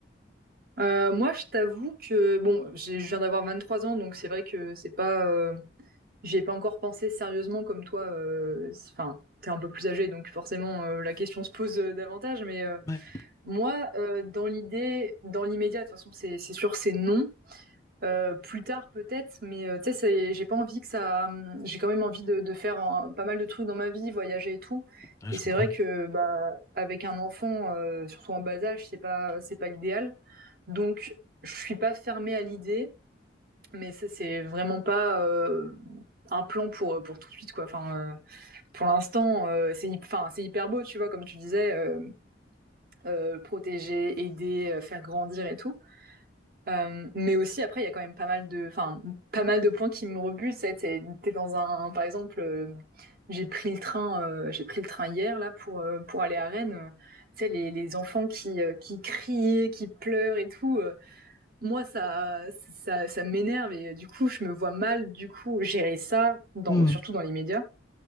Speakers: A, on the right; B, on the left.
A: Euh, moi, je t'avoue que bon, j'ai- je viens d'avoir 23 ans, donc c'est vrai que c'est pas, euh, j'y ai pas encore pensé sérieusement comme toi. euh, c'est- Enfin, t'es un peu plus âgé, donc forcément euh, la question se pose euh, davantage. Mais euh,
B: Ouais.
A: moi, euh, dans l'idée, dans l'immédiat, de toute façon, c'est c'est sûr, c'est non. Euh, plus tard peut-être, mais euh, tu sais, j'ai pas envie que ça. hum, J'ai quand même envie de, de faire un- pas mal de trucs dans ma vie, voyager et tout.
B: Ouais, je
A: Et c'est
B: comprends.
A: vrai que bah avec un enfant, euh, surtout en bas âge, c'est pas c'est pas l'idéal. Donc je suis pas fermée à l'idée, mais ça c'est vraiment pas euh, un plan pour pour tout de suite quoi. Enfin euh, pour l'instant euh, c'est hy- enfin c'est hyper beau tu vois comme tu disais euh, euh, protéger, aider, euh, faire grandir et tout. Euh, mais aussi après il y a quand même pas mal de enfin pas mal de points qui me rebutent c'est t'es t'es dans un par exemple euh, j'ai pris le train euh, j'ai pris le train hier là pour euh, pour aller à Rennes tu sais les, les enfants qui euh, qui crient qui pleurent et tout euh, moi ça ça ça m'énerve et euh, du coup je me vois mal du coup gérer ça dans
B: Hmm.
A: surtout dans les médias